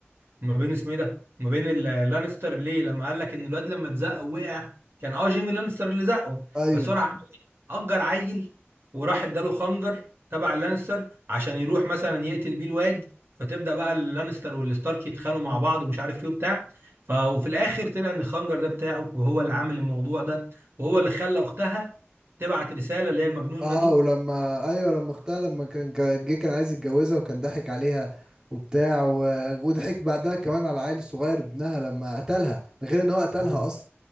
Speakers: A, on the right; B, on the right.
A: ما بين اسمه ايه ده ما بين اللانستر ليه لما قال لك ان الواد لما اتزق وقع كان اه جيمي لانستر اللي زقه
B: ايوه
A: بس هو راح عمل ايه اجر عيل وراح اداله خنجر تبع اللانستر عشان يروح مثلا يقتل بيه الواد فتبدا بقى اللانستر والستارك يتخانقوا مع بعض ومش عارف ايه وبتاع ف وفي الاخر طلع ان الخنجر ده بتاعه وهو اللي عامل الموضوع ده وهو اللي خلى اختها تبعت رساله اللي هي المجنونه
B: اه
A: دي
B: ولما ايوه لما اختها لما كان كان- جه كان عايز يتجوزها وكان ضحك عليها وبتاع و... وضحك بعدها كمان على العيل الصغير ابنها لما قتلها ده غير ان هو قتلها
A: آه.
B: اصلا